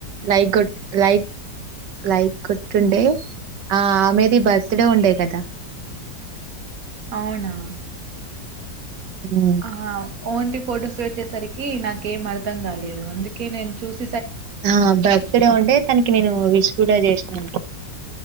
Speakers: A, on the right; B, on the right.
A: లైక్ కొ ట్ లైక్ లైక్ కొట్టుండే ఆ ఆ మీది బర్త్డే ఉండే కదా
B: అవునా
A: హ్మ్.
B: ఆహా ఓన్లీ ఫొటోస్ పెట్టేసరికి నాకేం అర్థం కాలేదు అందుకే నేను చూస్
A: ఆ బర్త్ డే ఉండే తనకి నేను విష్ కూడా చేసినాను